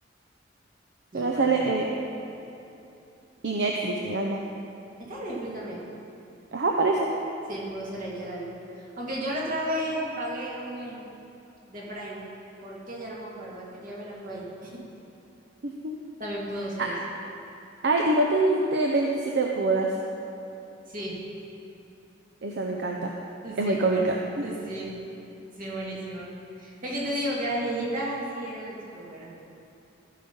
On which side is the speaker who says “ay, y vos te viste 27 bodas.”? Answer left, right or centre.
Right